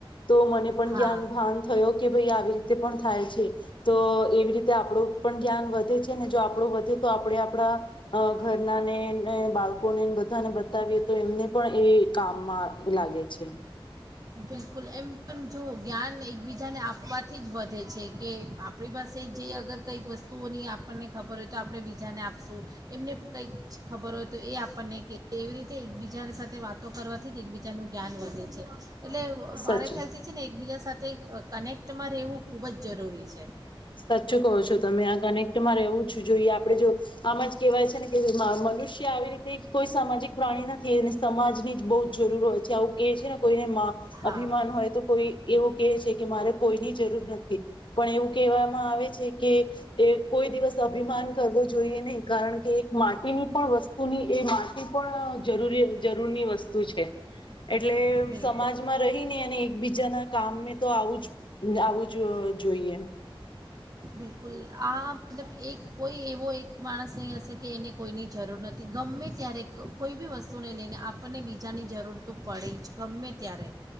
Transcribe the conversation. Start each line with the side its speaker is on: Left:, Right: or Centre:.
Left: તો મને પણ
Right: હા
Left: જ્ઞાન ભાન થયો કે ભાઈ આવી રીતે પણ થાય છે તો એવી રીતે આપણું પણ જ્ઞાન વધ વધે છે ને જો આપણું વધે તો આપડે આપડા અ ઘરના ને બાળ બધાને બતાવીએ તો એમને પણ એ કામમાં લાગે છે.
Right: બિલકુલ એમ પણ જોવો જ્ઞાન એકબીજાને આપવાથી જ વધે છે કે આપણી પાસે જે અગર કંઈક વસ્તુઓની આપણને ખબર હોય તો આપણે બીજાને આપશું એમને કંઈક ખબર હોય તો એ આપણને ક એવી રીતે એકબીજા સાથે વાતો કરવાથી જ એકબીજાનું જ્ઞાન વધે છે. એટલે મારે
Left: સાચું
Right: ખ્યાલથી છે ને એકબીજા સાથે કનેક્ટમાં રહેવું ખૂબ જ જરૂરી છે.
Left: સાચું કહો છો તમે આ ગને કનેક્ટ માં રહેવું જ જોઈએ આપડે જો, આમાં જ કહેવાય છે ને કે મનુષ્ય આવી રીતે કોઈ સામાજિક પ્રાણી નથી અને સમાજની જ બહુ જરૂર હોય છે આવું કે છે ને કોઈને માં,
Right: હા
Left: અભિમાન હોય તો કોઈ એવું કહે છે કે મારે કોઈની જરૂર નથી, પણ એવું ટૂંક માં આવે છે કે, એ કોઈ દિવસ અભિમાન કરવો જોઈએ નહી કારણ કે એક માટીની પણ વસ્તુ ની એ માટી પણ જરૂરી જરૂરની વસ્તું વસ્તુ છે, એટલે
Right: બિલકુલ
Left: સમાજમાં રહીને અને એકબીજાના કામ તો આવું જ આવું જ જોઈએ.
Right: બિલકુલ, આ મતલબ એક કોઈ એવો એક માણસ નહી હશે કે એને કોઈની જરૂર નથી ગમે ત્યારે કોઈ બી વસ્તુ ને લઈને આપ આપણને બીજાની જરૂર તો પડે જ ગમે ત્યારે.